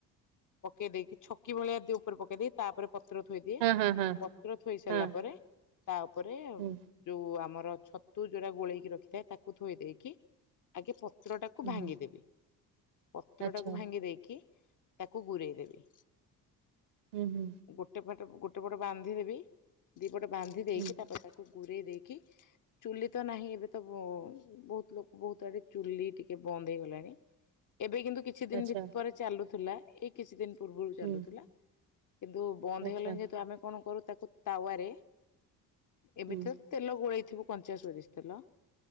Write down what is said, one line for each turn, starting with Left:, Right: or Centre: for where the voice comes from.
Left: ପକେଇ ଦେଇକି ଛକ। କି ଭଳିଆ ଦି ଉପରେ ପକେଇଦି ତାପରେ ପତ୍ର ଥୋଇଦିଏ
Right: ହଁ ହଁ ହଁ
Left: ପତ୍ର ଥୋଇ ସାରିଲା
Right: ହଁ
Left: ପରେ ତା ଉପରେ
Right: ହୁଁ
Left: ଯୋଉ ଆମର ଛତୁ ଯୋଉଟା ଗୋଳେଇକି ରଖିଥାଏ ତାକୁ ଥୋଇ ଦେଇେଇକି ଆଗେ <unintelligible>
Right: ହୁଁ
Left: ଭାଙ୍ଗିଦେବି।
Right: ହୁଁ
Left: ପତ୍ର
Right: ଆଚ୍ଛା
Left: ଟାକୁ ଭାଙ୍ଗି ଦେଇକି। ତାକୁ ଗୁରେଇ ଦେବି।
Right: ହୁଁ ହୁଁ।
Left: ଗୋଟେ ପଟ ଗୋଟେ ପଟେ ବାନ୍ଧିଦେବି ଦେବି। ଗୋଟେ ବାନ୍ଧି ଦେଇକି
Right: ହୁଁ
Left: ତାପରେ ତାକୁ ଗୁରେଇ ଦେଇକି। କି ଚୁଲି ତ ନାହିଁ ଏବେ ତ ବହୁତ ଲୋକ ବହୁତ ଆଡେ ଚୁଲି ଟିକେ ବନ୍ଦ ହେଇଗଲାଣି। ଏବେ କିନ୍ତୁ କିଛି ଦିନ
Right: ଆଚ୍ଛା
Left: ଭରେ ଚାଲୁଥିଲା। ଏଇ କିଛି ଦିନ୍। <unintelligible>
Right: ହୁଁ
Left: ହେଲା କିନ୍ତୁ ବନ୍ଦ
Right: ଆଚ୍ଛା
Left: ହେଇଗଲାଣି ଯେହେତୁ ଆମେ କଣ କରୁ ତାକୁ ତାୱାରେ ଏମିତିରେ
Right: ହୁଁ
Left: ତେଲ ଗୋଳେଇ ରଖିବୁ କଞ୍ଚା ସୋରିଷ ତେଲ